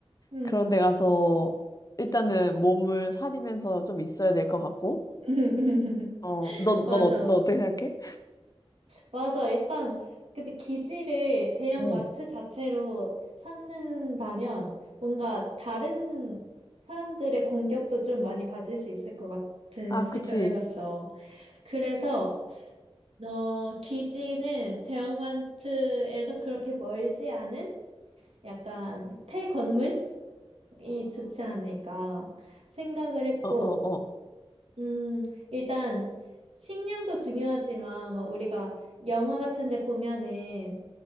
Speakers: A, on the right; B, on the left.
A: 음,
B: 그런 데 가서
A: 음.
B: 일단은 몸을 사리면서 좀 있어야 될 것 같고
A: <laughs>
B: 어넌넌
A: 맞아.
B: 어, 너 어떻게 생각해?
A: 맞아. 일단 근데 기지를 대형
B: 어. 어.
A: 마트 자체로 삼는다면 뭔가 다른 사람들의 공격도 좀 많이 받을 수 있을 것 같은
B: 아
A: 생각을
B: 그치
A: 해봤어. 그래서 어, 기지는 대형 마트에서 그렇게 멀지 않은 약간 폐 건물이 좋지 않을까 생각을 했고,
B: 어어아어어어 어 어 어 어 어 어 어 어 어
A: 음, 일단 식량도 중요하지만 막 우리가 영화 같은 데 보면은